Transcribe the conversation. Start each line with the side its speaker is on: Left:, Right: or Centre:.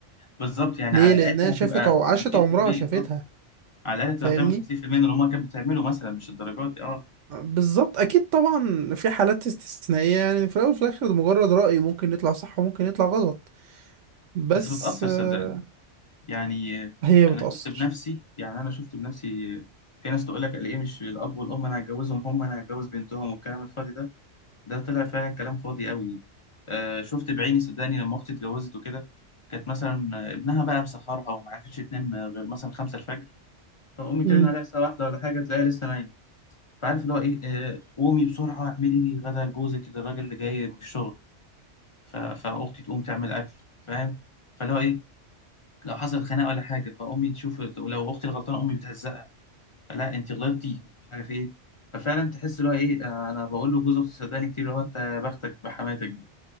Left: بالظبط يعني
Right: ليه
Left: على
Right: لانها
Left: الاقل هتبقى
Right: شافت عو- عاشت
Left: 50%
Right: عمرها شافتها
Left: اه على الاقل تبقى
Right: فاهمني
Left: بتعمل 50% من اللي امها كانت بتعمله مثلا مش الدرجات دي اه
Right: بالظبط اكيد طبعا في حالات استثنائيه يعني في الاول وفي الاخر ده مجرد راي ممكن يطلع صح وممكن يطلع غلط بس
Left: بس بتاثر
Right: آه،
Left: صدقني يعني
Right: هي
Left: انا
Right: بتاثر
Left: شفت بنفسي يعني انا شفت بنفسي في ناس تقول لك ايه مش الاب والام انا هتجوزهم هم انا هتجوز بنتهم والكلام الفاضي ده ده طلع فعلا كلام فاضي قوي آه شفت بعيني صدقني لما اختي اتجوزت وكده كانت مثلا ابنها بقى مسهرها وما عرفتش تنام غير مثلا خمسة الفجر فامي ترن
Right: امم
Left: عليها الساعه واحدة ولا حاجه تلاقيها لسه نايمه فعارف اللي هو ايه آه قومي بسرعه اعملي غدا لجوزك الراجل اللي جاي من الشغل ف- فاختي تقوم تعمل اكل فاهم فاللي هو ايه لو حصل خناقه ولا حاجه فامي تشوف ولو اختي الغلطانه امي بتهزقها لا انت غلطتي مش عارف ايه ففعلا تحس اللي هو ايه آه، انا بقول له جوز اختي صدقني كتير اللي هو انت يا بختك بحماتك دي